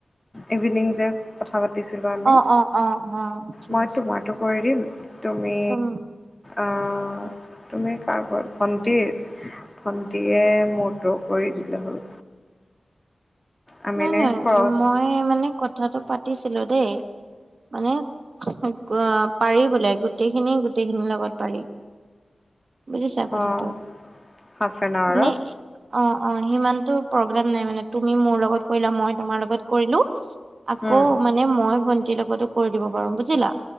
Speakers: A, on the left; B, on the right.
A: ইভিনিং যে- কথা পাতিছিলোঁ আমি,
B: অ অ অ অ ঠিক
A: মই
B: আছে
A: তোমাৰটো - কৰি দিম, তুমি
B: উম
A: আ'- তুমি কাৰোবাৰ ভণ্টীৰ, ভণ্টীয়ে মোৰটো কৰি দিলে হ'ল। আমি
B: নাই
A: এনেকৈ
B: নাই,
A: ক্ৰছ
B: মই মানে ক- কথাটো পাতিছিলো দেই মানে অ'- পাৰি বোলে গোটেইখিনি, গোটেইখিনিৰ লগত পাৰি। বুজিছা কথাটো
A: অঁ হাফ এন আৱাৰত
B: মানে- অঁ অঁ, সিমানটো প্ৰব্লেম নাই মানে তুমি মোৰ লগত কৰিলা, মই তোমাৰ লগত- কৰিলো, আকৌ
A: অঁ
B: মানে মই ভন্টিৰ লগতো কৰি দিব পাৰো বুজিলা।